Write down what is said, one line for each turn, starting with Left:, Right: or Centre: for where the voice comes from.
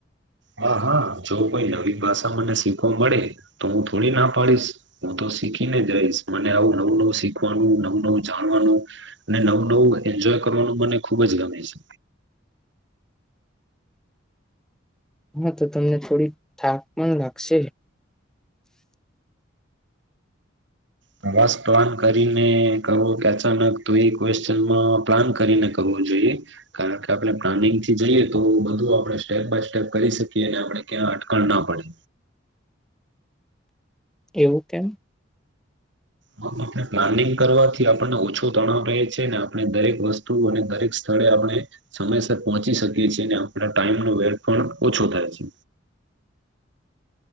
Right: હા હા જો કોઈ નવી ભાષા મને શીખવા મળે તો હું થોડી ના પાડીશ હું તો શીખીને જ રહીશ મને આવું નવું નવું શીખવાનું નવું નવું જાણવાનું અને નવું નવું એન્જોય કરવાનું મને ખુબ જ ગમે છે
Centre: હા તો તમને થોડી થાક પણ લાગશે
Right: પ્રવાસ પ્લાન કરીને કરવો કે અચાનક તો એ ક્વેશ્ચનમાં પ્લાન કરીને કરવું જોઈએ કારણ કે આપણે પ્લાનિંગ થી જઈએ તો બધું આપડે સ્ટેપ બાય સ્ટેપ કરી શકીએ અને આપણે ક્યાં અટકણ ના પડે
Centre: એવું કેમ
Right: હ આપણે પ્લાનિંગ કરવાથી આપણને ઓછો તણાવ રહે છે ને આપણે દરેક વસ્તુ અને દરેક સ્થળે આપણે સમયસર પહોંચી શકીએ છ છેીએ ને આપણા ટાઈમનોો વેટ પણ ઓછો થાય છે